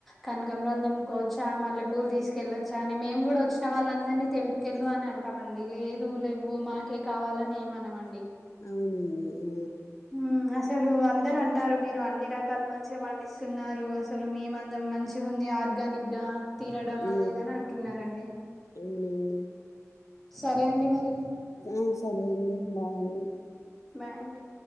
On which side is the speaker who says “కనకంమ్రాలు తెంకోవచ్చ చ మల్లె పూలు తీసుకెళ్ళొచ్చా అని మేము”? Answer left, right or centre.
Centre